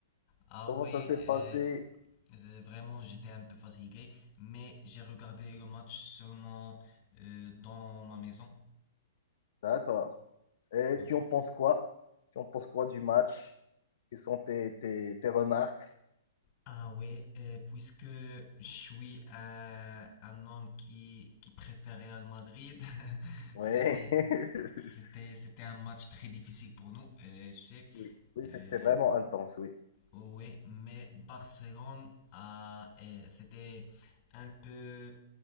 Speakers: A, on the left (about 35°); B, on the left (about 65°).
A: Ah
B: Comment
A: ouais,
B: ça s'est
A: euh,
B: passé?
A: c'est- vraiment j'étais un peu fatigué, mais j'ai regardé le match seulement euh, dans ma maison.
B: D'accord. Et
A: Ah
B: tu en penses quoi? Tu en penses quoi du match? Quelles sont tes, tes, tes remarques?
A: Ah ouais, euh, puisque je suis un, un homme qui, qui préfère Real Madrid, <laughs>
B: Oui.
A: c'était,
B: <laughs>
A: c'était, c'était un match très difficile pour nous, euh, tu sais.
B: Oui, oui,
A: Euh,
B: c'était vraiment intense, oui.
A: oh ouais, mais Barcelone a, euh, c'était un peu,